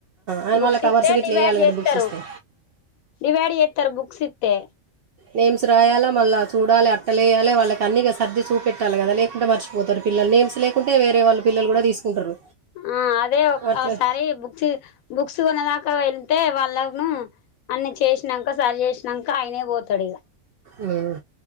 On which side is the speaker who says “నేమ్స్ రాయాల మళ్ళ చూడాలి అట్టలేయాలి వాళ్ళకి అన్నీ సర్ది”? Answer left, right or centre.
Right